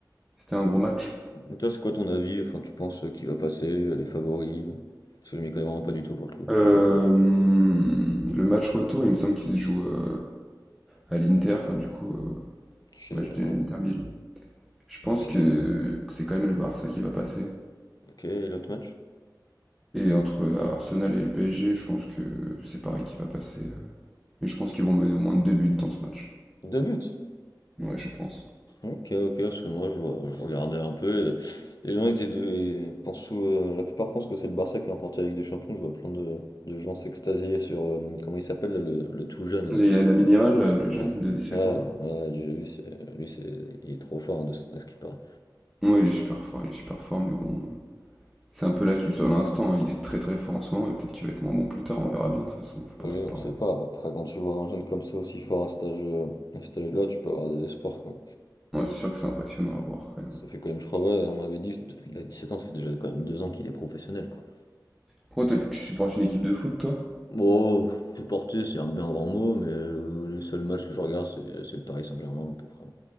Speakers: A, in the centre; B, on the left.
A: C'était un gros match.
B: Et toi c'est quoi ton avis? Enfin, tu penses euh, qui va passer, euh, les favoris? euh, Parce que je m'y connais vraiment pas du tout pour le coup.
A: Euh, le match retour, il me semble qu'il se joue euh, à l'Inter, enfin du coup, euh,
B: Je sais-
A: match de
B: Ouais,
A: l'Inter Milan. Je pense
B: ok.
A: que c'est quand même le Barça qui va passer.
B: Ok, et l'autre match?
A: Et entre Arsenal et le PSG, je pense que c'est Paris qui va passer. euh, Mais je pense qu'ils vont mener au moins deux buts dans ce match.
B: 2 buts?
A: Ouais, je pense.
B: Ok, ok, parce que moi je, je regardais un peu. et Les gens étaient deux et pensent euh, la plupart pensent que c'est le Barça qui a remporté la Ligue des Champions. Je vois plein de, de gens s'extasier sur euh, comment il s'appelle là, le, le tout jeune.
A: Les, la minimale, là, le jeune
B: Là.
A: de 17
B: Ouais, ouais,
A: ans, là.
B: ouais, j'ai vu, c'est- lui c'est, il est trop fort hein, de ce, à ce qu'il paraît.
A: Ouais, il est super fort, il est super fort, mais bon, euh, c'est un peu la culture de l'instant. hein. Il est très très fort en ce moment, et peut-être qu'il va être moins bon plus tard, on verra bien de toute façon, faut pas
B: Oui,
A: trop
B: on
A: parler.
B: sait pas. Après, quand tu vois un jeune comme ça aussi fort à cet âge, euh, à cet âge-là, tu peux avoir des espoirs quoi.
A: Ouais, c'est sûr que c'est impressionnant à voir quand même.
B: Ça fait quand même, je crois, ouais, on m'avait dit, il a 17 ans, ça fait déjà quand même 2 ans qu'il est professionnel quoi.
A: Pourquoi toi, tu tu supportes une équipe de foot, toi?
B: Bon, supporter, c'est un bien grand mot, mais heu, les seuls matchs que je regarde, c'est c'est le Paris Saint-Germain à peu près.